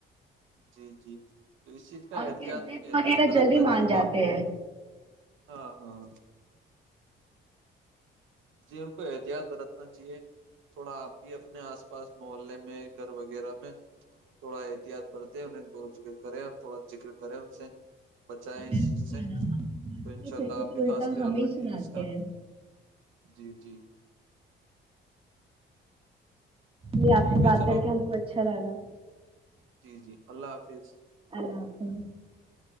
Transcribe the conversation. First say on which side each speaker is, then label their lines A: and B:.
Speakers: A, on the right; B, on the right.
A: جی جی تو اس چیز کا
B: ان
A: احتیاط
B: کی ضد
A: احتیاط
B: وغیرہ
A: برتنا
B: جلدی مان
A: چاہیے
B: جاتے ہیں
A: ہاں ہاں جی ان کو احتیاط برتنا چاہیے تھوڑا آپ ہی اپنے آس پاس محلے میں گھر وغیرہ میں تھوڑا احتیاط برتے انہیں غور و فکر کریں اور تھوڑا ذکر کریں ان سے بچائیں اس
B: بالکل
A: چیز سے
B: ہم بولتے
A: تو انشاء
B: ہیں پھر
A: اللہ
B: وہ
A: آپ
B: تو
A: بھی
B: الٹا
A: خاص خیال
B: ہمیں ہی
A: رکھیں
B: سناتے
A: گے اس کا
B: ہیں
A: جی جی
B: ج آپ
A: ٹھیک
B: سے
A: ہے
B: بات
A: چلو
B: کر کے ہم کو اچھا لگا <unintelligible>
A: جی جی اللہ حافظ
B: اپ <inaudible>